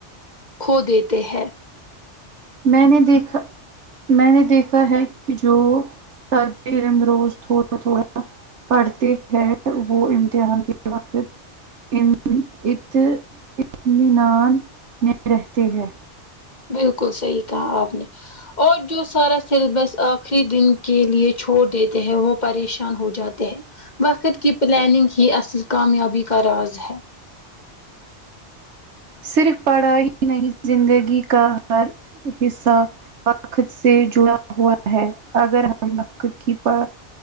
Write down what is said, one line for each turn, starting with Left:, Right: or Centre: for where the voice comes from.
Left: کھو دیتے ہیں
Right: میں نے دیکھا میں نے دیکھا ہے کہ جو ہے ہم روز تھوڑا تھوڑا پڑھتی ہے وہ امتحان کے وقت یم ات اطمینان میں رہتی ہے
Left: بالکل صحیح کہا آپ نے اور جو سارا سلیبس آخری دن کے لیے چھوڑ دیتے ہیں وہ پریشان ہو جاتے ہیں وقت کی پلاننگ ہی اصل کامیابی کا راز ہے
Right: صرف پڑھاںی ہی نہیں زندگی کا ہر حصہ وقت سے جڑا ہوا ہے اگر ہم وقت کی پا